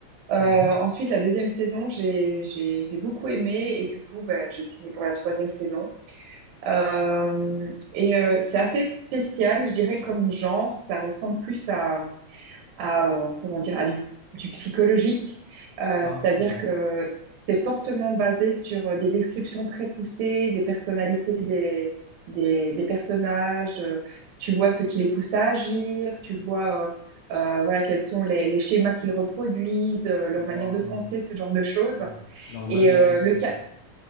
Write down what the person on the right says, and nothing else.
Euh,
ensuite, la deuxième saison, j'ai j'ai j'ai beaucoup aimé et du coup, bah, j'ai signé pour la troisième saison. Euh, et euh, c'est assez spécial, je dirais comme genre, ça ressemble plus à à, euh, comment dire, à du, du psychologique. Euh,
c'est-à-dire
que c'est fortement basé sur euh, des descriptions très poussées des personnalités des, des, des personnages. Euh, Tu vois ce qui les pousse à agir, tu vois euh, euh, voilà, quels sont les, les schémas qu'ils reproduisent, euh, leur
manière de penser, ce genre de choses.
Et
euh, le,
ca-